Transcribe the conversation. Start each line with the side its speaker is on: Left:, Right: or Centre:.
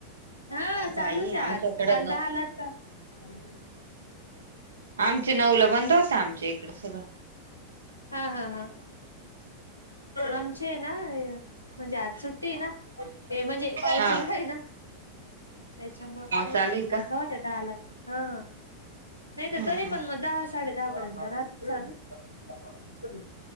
Left: हा
Right: बाई
Left: चालू चे
Right: आमच्याकडे
Left: आज काल दहाला चालू
Right: आमची नऊला बंद होतात आमच्या इकडे सगळं.
Left: हा हा हा. आमची ए नाय म्हणजे आज सुट्टी हे ना म्हणजे आज पाऊस
Right: हा
Left: उघडायला. त्याच्यामुळे नाही
Right: चालू
Left: तर मग
Right: आहे
Left: <unintelligible>
Right: का?
Left: बवत डालाच हा. नाही तर
Right: हम्म
Left: तरी
Right: हम्म.
Left: पण मग दहा साडे दहा पर्यंत राहत चालू.